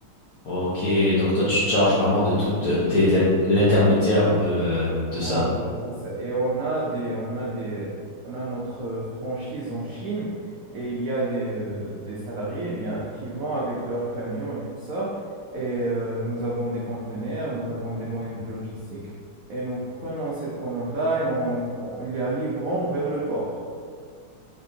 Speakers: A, on the left; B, on the right.
A: OK donc toi tu te charges vraiment de tout euh, t'es t'es l'intermédiaire un peu euh, de
B: Voilà,
A: ça
B: c'est ça. Et on a des, on a des, on a notre franchise en Chine et il y a des, euh, des salariés, eh bien, qui vont avec leurs camions et tout ça. Et euh, nous avons des conteneurs, nous avons des moyens de logistique et nous prenons cette commande-là et on, on la livrons vers le port.